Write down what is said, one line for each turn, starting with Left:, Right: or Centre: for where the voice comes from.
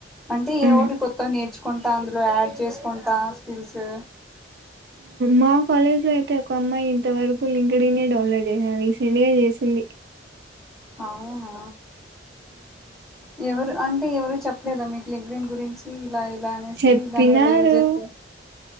Centre: అంటే
Right: ఆ
Centre: ఏవో ఒకటి కొత్తవి నేర్చు కుంటా అందులో యాడ్ చేసుకుంటా, స్కిల్స్.
Right: మా కాలేజ్ లో అయితే ఒక అమ్మాయి ఇంత వరకు లింకెడ్ఇన్నే డౌన్లోడ్ చేయలే, రీసెంట్ గా చేసింది.
Centre: అవునా ఎవరు అన్ అంటే, ఎవరు చెప్పలేదా మీకు లింక్డ్ ఇన్ గురించి ఇలా ఇలా అనేసి
Right: చెప్పినారు
Centre: దాని వల్ల యూజస్